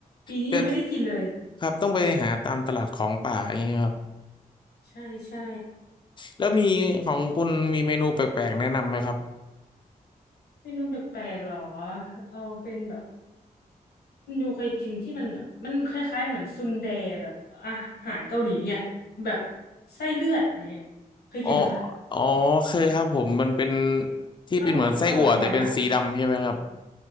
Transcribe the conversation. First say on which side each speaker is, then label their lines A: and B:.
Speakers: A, on the left; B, on the left.
A: ปีนี้ยังไม่ได้กินเลย
B: แต่ครับต้องไปหาตามตลาดของป่าอย่างเงี้ยครับ
A: ใช่ใช่
B: แล้วมีของคุณมีเมนูแปลกๆแนะนำไหมครับ
A: เมนูแปลกๆหรอเอาเป็นแบบคุณดูเคยกินที่มันแบบมันคล้ายๆเหมือนซุนแดแบบอาหารเกาหลีเนี่ยแบบไส้เลือดเนี่ยเคยกินไหมคะ
B: อ๋ออ๋อเคยครับผมมันเป็นที่เป็นเหมือนไส้อั่วแต่เป็นสีดำใช่ไหมครับ
A: อร่อยอร่อยอร่อยนะ